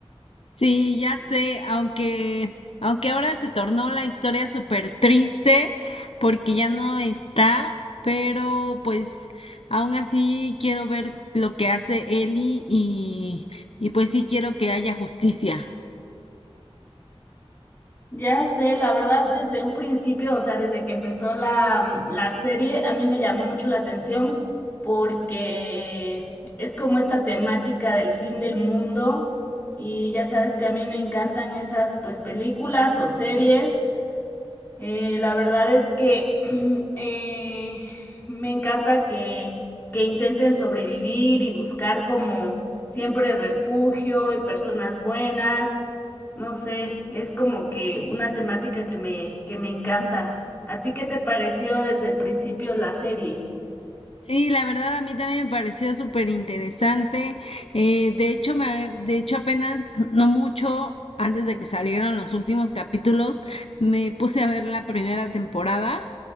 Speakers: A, on the left; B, on the left.
A: Sí, ya sé, aunque aunque ahora se tornó la historia súper triste porque ya no está, pero pues aún así quiero ver lo que hace Ellie y y pues sí quiero que haya justicia.
B: Ya sé, la verdad, desde un principio, o sea, desde que empezó la, mm, la serie, a mí me llamó mucho la atención porque es como esta temática del fin del mundo y ya sabes que a mí me encantan esas pues películas o series Eh, la verdad es que <clears throat> eh, me encanta que, que intenten sobrevivir y buscar como siempre refugio y personas buenas. No sé, es como que una temática que me, que me encanta. ¿A ti qué te pareció desde el principio la serie?
A: Sí, la verdad a mí también me pareció súper interesante. Eh, de hecho, me, de hecho apenas no mucho antes de que salieran los últimos capítulos, me puse a ver la primera temporada